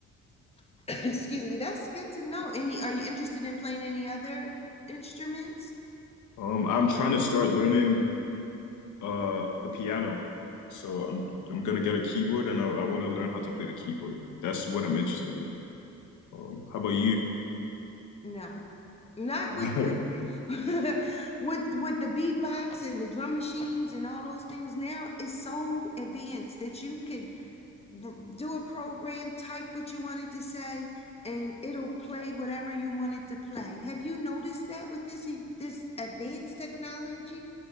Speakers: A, on the left; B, on the left.
A: <clears throat> Excuse me. That's good to know. Any, are you interested in playing any other instruments?
B: Um, I'm trying to start learning uh the piano. So I'm I'm gonna get a keyboard and I, I want to learn how to play the keyboard. That's what I'm interested in. Um, how about you?
A: No. Not
B: <laughs>
A: with the <laughs> with with the beatbox and the drum machines and all those things now is so advanced that you could r- do a program, type what you wanted to say, and it'll play whatever you wanted to play. Have you noticed that with this e- this advanced technology?